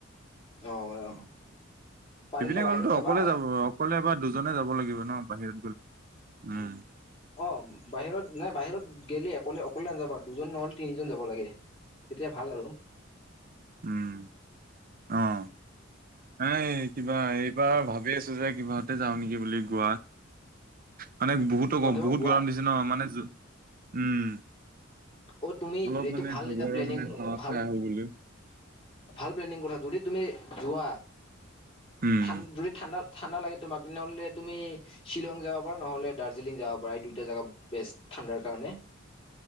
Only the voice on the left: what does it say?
অ অ পাৰিলে
বাহিৰত
যাবা
অঁ! বাহিৰত নাই বাহিৰত গেলে অকলে-অকলে নাযাবা দুজন নহ'লে তিনিজন যাব লাগে তেতিয়া ভাল আৰু।
ক'ত যাব
গোৱাত
অ! তুমি
এইটো
ভাল
এটা প্লেনিং
ভাল
ভাল প্লেনিং কৰা যদি তুমি যোৱা
ঠান যদি ঠাণ্ডা ঠাণ্ডা লাগে তোমাক তেনেহ'লে তুমি শ্বিলং যাব পাৰা নহ'লে দাৰ্জিলিং যাব পাৰা। এই দুইটা জেগা বেছ ঠাণ্ডাৰ কাৰণে।